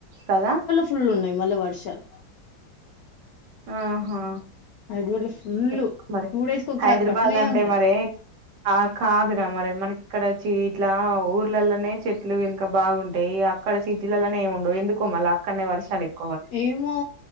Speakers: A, on the right (about 65°); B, on the left (about 80°).
A: కదా
B: ఫుళ్లు ఉన్నాయి మళ్ళ వర్షాలు
A: ఆహా
B: హైదరాబాద్ లో ఫుల్
A: ఎక్కు మరి
B: టూ డేస్ కి ఒకసారి
A: హైదరాబాద్
B: పడుతనే
A: అంటే
B: ఉంటది
A: మరి ఆ కాదురా మరి మనకి ఇక్కడోచ్చ ఇట్లా ఊర్లలోనే చెట్లు ఇంకా బాగుంటాయి అక్కడ సిటీలలోనే ఎం ఉండవు ఎందుకు మల్ల అక్కడనే వర్షాలు ఎక్
B: ఏమో